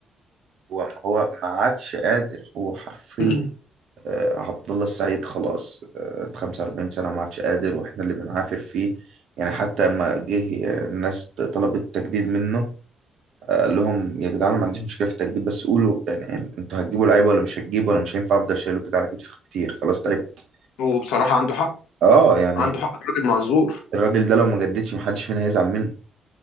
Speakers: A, on the right; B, on the left.
A: هو هو ما عادش قادر هو حرفيا
B: <clears throat>
A: آه، عبد الله السعيد خلاص آه، 45 سنة وما عادش قادر واحنا اللي بنعافر فيه يعني حتى لما جه آه، الناس طلبت تجديد منه آه، قال لهم يا جدعان أنا ما عنديش مشكلة في التجديد بس قولوا يعني يعني انتوا هتجيبوا لعيبة ولا مش هتجيبوا انا مش هينفع افضل شايله كده على كتفي كتير خلاص تعبت
B: هو بصراحه عنده حق
A: اه يعني
B: عنده حق راجل معذور
A: الراجل ده لو ما جددش محدش فينا هيزعل منه